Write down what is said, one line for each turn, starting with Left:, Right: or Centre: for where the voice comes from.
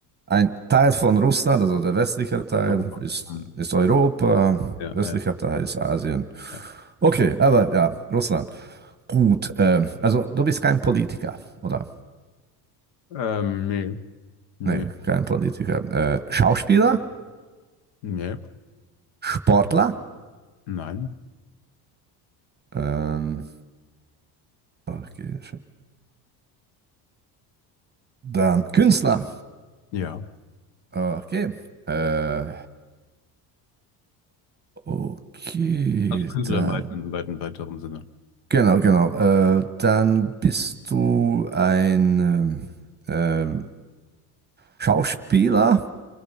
Right: ein Teil von Russland, also der westliche Teil
Left: Europa.
Right: ist,
Left: Hm.
Right: ist Europa,
Left: Ja,
Right: östlicher
Left: ja,
Right: Teil ist Asien.
Left: ja.
Right: Okay, aber ja, Russland. gut. ähm, also du bist kein Politiker, oder?
Left: Ähm, nee. Nee,
Right: Nee, kein Politiker. Äh, Schauspieler,
Left: nee,
Right: Sportler,
Left: nein,
Right: ähm, okay, dann Künstler.
Left: ja.
Right: Okay. Äh, okay,
Left: Also Künstler
Right: dann.
Left: im weiten, weiten, weiteren Sinne.
Right: Genau, genau. Äh, dann bist du ein ähm, ähm, Schauspieler